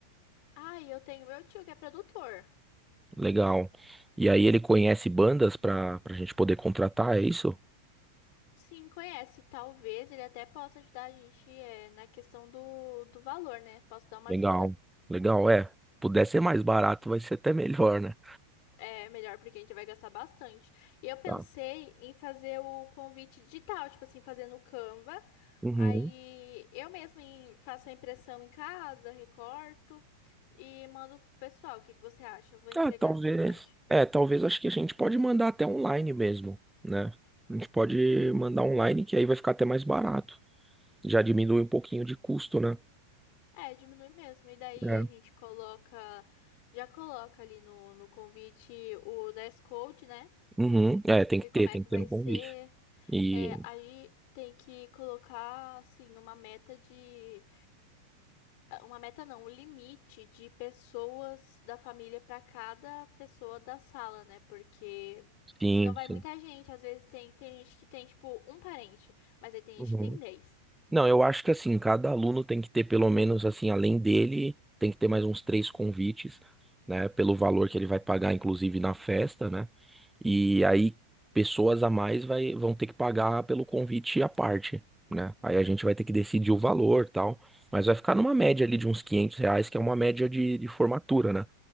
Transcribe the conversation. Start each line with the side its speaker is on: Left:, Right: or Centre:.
Left: Ah, e eu tenho meu tio que é produtor.
Centre: Legal. E aí ele conhece bandas para para a gente poder contratar, é isso?
Left: Sim, conhece. Talvez ele até possa ajudar a gente é, na questão do, do valor, né? Posso dar uma
Centre: Legal.
Left: ajuda.
Centre: Legal, é. Puder ser mais barato, vai ser até melhor, né?
Left: É melhor porque a gente vai gastar bastante. E eu pensei
Centre: Tá.
Left: em fazer o convite digital, tipo assim, fazer no Canva.
Centre: Uhum.
Left: Aí eu mesma em- faço a impressão em casa, recorto e mando pro pessoal. O que que você acha? Eu vou entregar
Centre: Ah, talvez.
Left: na faculdade.
Centre: É, talvez acho que a gente pode mandar até online mesmo, né? A gente pode mandar online, que aí vai ficar até mais barato. Já diminui um pouquinho de custo, né?
Left: É, diminui mesmo. E daí
Centre: É.
Left: a gente coloca, já coloca ali no, no convite o dress code, né?
Centre: Uhum. É, tem
Left: E
Centre: que
Left: como
Centre: ter,
Left: é
Centre: tem
Left: que
Centre: que
Left: vai
Centre: ter no
Left: ser?
Centre: convite. E
Left: É, aí tem que colocar assim uma meta de uma meta não, o limite de pessoas da família para cada pessoa da sala, né? Porque
Centre: sim,
Left: senão vai
Centre: sim.
Left: muita gente, às vezes tem tem gente que tem tipo um parente, mas aí tem
Centre: Uhum.
Left: gente que tem 10.
Centre: Não, eu acho que assim, cada aluno tem que ter pelo menos assim, além dele, tem que ter mais uns três convites, né? Pelo valor que ele vai pagar, inclusive na festa, né? E aí pessoas a mais vai, vão ter que pagar pelo convite à parte, né? Aí a gente vai ter que decidir o valor, tal. Mas vai ficar numa média ali de uns 500 reais, que é uma média de, de formatura, né?